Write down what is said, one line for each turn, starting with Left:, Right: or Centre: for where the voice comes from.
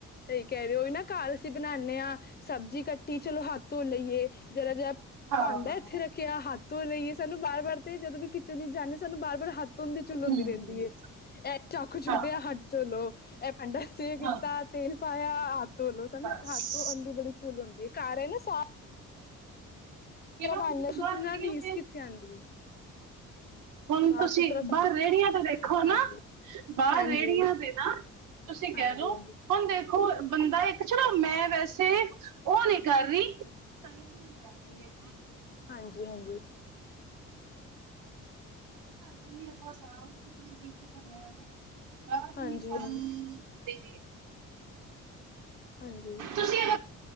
Left: ਸਹੀ ਕਹਿ ਰਹੇ ਹੋ ਉਹੀ ਨਾ ਘਰ ਅਸੀਂ ਬਣਾਨੇ ਆ, ਸਬਜ਼ੀ ਕੱਟੀ ਚਲੋ ਹੱਥ ਧੋ ਲਈਏ ਜਰਾ ਜਾ
Right: ਹਾਂ
Left: ਭਾਂਡਾ ਇੱਥੇ ਰੱਖਿਆ ਹੱਥ ਧੋ ਲਈਏ ਸਾਨੂੰ ਵਾਰ-ਵਾਰ ਤੇ ਜਦੋਂ ਵੀ ਕਿਚਨ ਵਿੱਚ ਜਾਨੇ ਸਾਨੂੰ ਵਾਰ-ਵਾਰ ਹੱਥ ਤੁੰਦੀ ਚੁੱਲ ਹੁੰਦੀ
Right: ਹੂੰ
Left: ਰਹਿੰਦੀ ਏ। ਐ ਚਾਕੂ ਛੱਡਿਆ
Right: ਹਾਂ
Left: ਹੱਥ ਚੁੱਲੋ ਇਹ ਪਿੰਡਾ ਸਹੀ ਕੀਤਾ
Right: ਹਾਂ
Left: ਤੇਲ ਪਾਇਆ ਹੱਥ ਧੋਲੋ ਸਾਨੂੰ
Right: ਬਸ।
Left: ਹੱਥ ਧੋਨ ਦੀ ਬੜੀ ਚੁਲ ਹੁੰਦੀ ਏ ਘਰ ਏ ਨਾ ਸਾ
Right: ਕਿਹਾ
Left: ਭਾਂਡਾ
Right: ਤੇ ਤੁਸੀਂ
Left: ਸੁਥਰੇ
Right: ਬਾਹਰ
Left: ਨਾਲ
Right: <unintelligible>
Left: ਰੀਸ
Right: ਜਾਂਦੇ।
Left: ਕਿੱਥੇ ਆਉਂਦੀ ਹੈ
Right: ਹੁਣ
Left: ਸਾਫ਼
Right: ਤੁਸੀਂ
Left: ਸੁਥਰਾ ਸਾਨੂੰ
Right: ਬਾਹਰ ਰੇੜੀਆਂ ਤੇ ਦੇਖੋ
Left: ਹਾਂਜੀ
Right: ਨਾ ਬਾਹਰ
Left: ਹਾਂਜੀ
Right: ਰੇੜੀਆਂ ਦੇ ਨਾ, ਤੁਸੀਂ
Left: ਹਾਂਜੀ
Right: ਕਹਿ ਲਓ
Left: ਹਾਂਜੀ
Right: ਹੁਣ ਦੇਖੋ ਬੰਦਾ ਇੱਕ ਚਲੋ ਮੈਂ ਵੈਸੇ, ਉਹ ਨੀ ਕਰ ਰਹੀ ਕੀ ਕਰ ਰਹੀ ਏ?
Left: ਹਾਂਜੀ-ਹਾਂਜੀ।
Right: ਅੱਜ ਵੀ ਆਪਾਂ ਸਾਫ਼-ਸੁਥਰੀ <unintelligible> ਖਾਨੇ ਆ ਨਾ। <unintelligible>
Left: ਹਾਂਜੀ ਹਾਂਜੀ ਹਾਂਜੀ।
Right: ਤੁਸੀਂ <unintelligible>